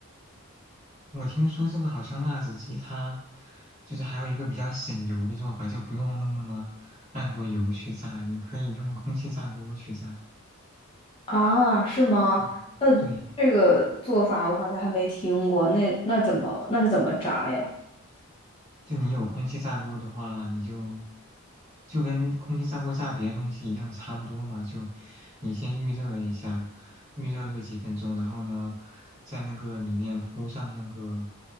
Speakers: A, on the right (about 30°); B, on the left (about 25°).
A: 我听说这个好像辣子鸡它就是还有一个比较省油的做法，就不用弄那么半锅油去炸，你可以用空气炸锅去炸。
B: 啊，是吗？
A: 嗯，
B: 那这个做法我好像还没听过，
A: 对。
B: 那那怎么那是怎么炸呀？
A: 就你有空气炸锅的话，你就就跟空气炸锅炸别的东西一样，差不多嘛。就你先预热一下，预热个几分钟，然后呢，在那个里面铺上那个